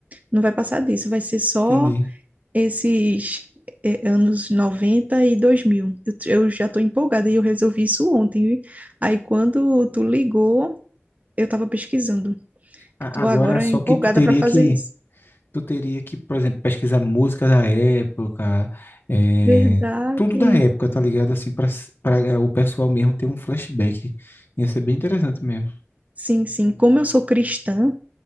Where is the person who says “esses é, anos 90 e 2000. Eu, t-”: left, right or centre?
Right